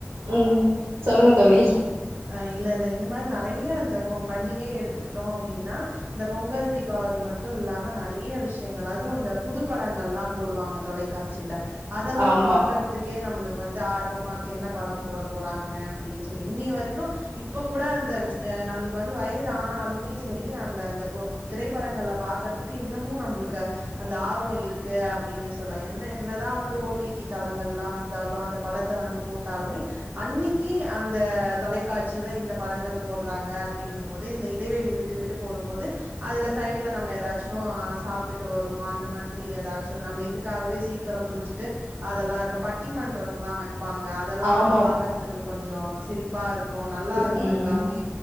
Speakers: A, on the right; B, on the right.
A: ம் சொல்லுங்க தோழி
B: அ இல்ல இல்ல இந்த மார் நெறைய இந்த பொங் பண்டிகேயே எடுத்துக்கிட்டோ அப்டீனா இந்த பொங்கல் தீபாவளி மட்டு இல்லாம நறைய விஷ்யங்கள் அதுவு இந்த புதுப்படங்கள்லா போடுவாங்க தொலைக்காட்சில அதெல்லாம்
A: ஆமா
B: பாக்கறதுக்கே நம்புளுக் வந்து ஆர்வமா இருக்கு என்ன படம் போட போறாங்க அப்டின் சொல்லி இன்னி வரிக் கு இப்போ கூட அந்த ச்ச் அ நம்ப்ளுக்கு வந்து வயது ஆனாலுமே செரி அந்த அந்த பொ திரைப்படங்கள்ல பாக்கற்துக்கு இன்னமு நம்ப்ளுக்கு அந்த ஆர்வோ இருக்கு அப்டின்னு சொல்லா என்ன என்னதா வந்து ஓடிடி தளங்கள் ல்லா வந்தாலு அந்த படத்த வந்து போட்டாலுமே அன்னிக்கி அந்த தொலைக்காட்சியில இந்த படங்கள் போட்றாங்க அப்டீனுமோது இந்த இடைவெளி விட்டு விட்டு போடும்போது அதுல சைட்ல நம்ம எதாச்சு சாப்டுட் ட்ரு வருவோ அந்த மாதிரி எதாச்சு நம்ம இதுக்காகவே சீக்கரோ குள்ச்சுட்டு அதெல்லா இருப்போ பட்டி மன்றம் லா வெப் பாங்க அதெல்லா
A: ஆமா
B: வந்து பாக்கற்துக்கு கொஞ்சோ சிரிப் பா ருக்கே நல்லாருக்கு
A: ம்
B: எல்லாமே